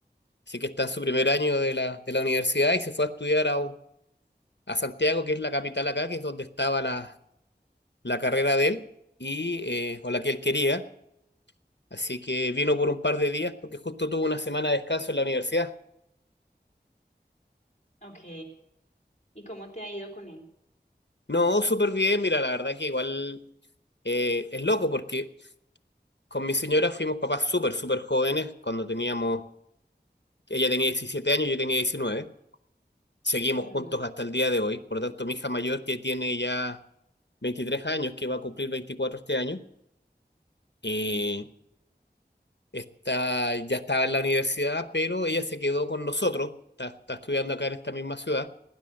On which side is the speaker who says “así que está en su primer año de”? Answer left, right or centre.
Left